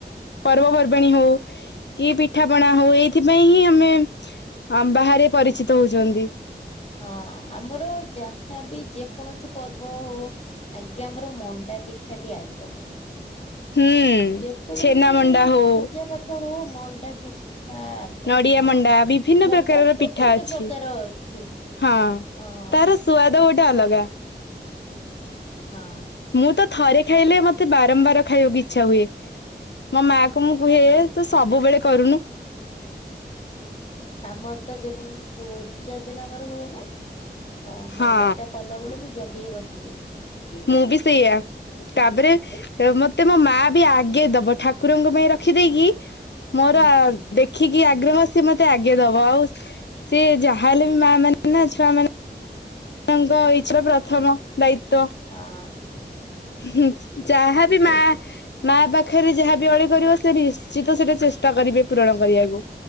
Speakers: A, on the left; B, on the left.
A: ପର୍ବ ପର୍ବାଣୀ ହୋଉ କି ପିଠାପଣା ହଉ ଏଇଥିପାଇଁ ହିଁ ଆମେ ବାହାରେ ପରିଚିତ ହଉଛନ୍ତି।
B: ହଁ ଆମର ଯାହା ବି ଯେକୌଣସି ପର୍ବ ହଉ ଆଜ୍ଞା ଆମର ମଣ୍ଡା ପିଠାଟି ଆଗ।
A: ହୁଁ
B: ଯେକୌଣସି
A: ଛେନା ମଣ୍ଡା ହଉ।
B: ପୂଜା ପାଠ ହଉ ମଣ୍ଡା ପି ଠା ଆଗ
A: ନଡିଆ
B: ହ
A: ମଣ୍ଡା ବିଭିନ୍ନ ପ୍ରକାରର
B: ମଣ୍ଡା
A: ପିଠା
B: ତ କେତେ
A: ଅଛି
B: ପ୍ରକାର ଅଛି।
A: ହଁ
B: ଅ
A: ତାର ସୁଆଦ ଗୋଟେ ଅଲଗା।
B: ହଁ।
A: ମୁଁ ତ ଥରେ ଖାଇଲେ ମତେ ବାରମ୍ବାର ଖାଇବାକୁ ଇଛା ହୁଏ। ମୋ ମା କୁ ମୁଁ କୁହେ
B: ହଁ କି
A: ତୁ ସବୁବେଳେ କରୁନୁ।
B: ଆମର ତ ଯେକୌଣସି ପୂଜା ଦିନ ଆମର ହୁଏ ନା। ତ
A: ହଁ
B: ମଣ୍ଡା ପିଠା କଲା ବେଳେ, ମୁଁ ଜଗିିକି ବସିଥିବି।
A: ମୁଁ ବି ସେଇଆ। ତାପରେ,
B: ଏ
A: ମତେ ମୋ ମା ବି ଆଗେ ଦବ, ଠାକୁରଙ୍କ ପାଇଁ ରଖିଦେଇକି ମୋର
B: ହୁଁ
A: ଦେଖି ଦେଖିକି ଆଗ୍ରହ ସେ ମତେ ଆଗେ ଦବ, ଆଉ ସିଏ ଯାହା ହେଲେ ବି ମା'' ମାନେ ନା ଛୁଆ ମାନେ ଛୁଆଙ୍କ ଇଛା, ପ୍ରଥମ ଦାୟିତ୍ଵ।
B: ଆଁ।
A: ହି ହି! ଯାହାବି ମା
B: ଆସେ ନା
A: ମା ପାଖରେ ଯାହା ବି ଅଳି କରିବ, ସେ ନିଶ୍ଚିତ ସେଟା ଚେଷ୍ଟା କରିବେ ପୂରଣ କରିବାକୁ।